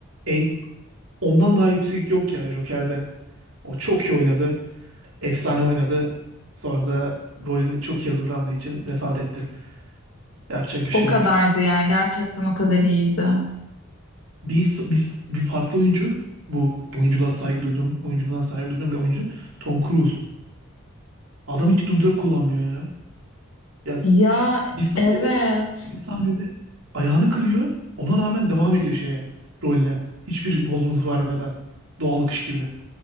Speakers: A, on the right; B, on the left.
A: en ondan daha yüksek yok ya Joker'de. O çok iyi oynadı. Efsane oynadı. Sonra da rolünü çok iyi hazırlandığı için vefat etti. Yapacak bir
B: O
A: şey
B: kadardı
A: yok.
B: yani. Gerçekten o kadar iyiydi.
A: Biz, biz bir farklı oyuncu bu oyunculuğa saygı duydum. Oyunculuğuna saygı duyduğum bir oyuncu Tom Cruise. Adam hiç dublör kullanmıyor ya. Ya
B: Ya
A: bir sahnede
B: evet.
A: bir sahnede ayağını kırıyor. Ona rağmen devam ediyor şeye rolüne. Hiçbir bozuntu vermeden. Doğal akış gibi.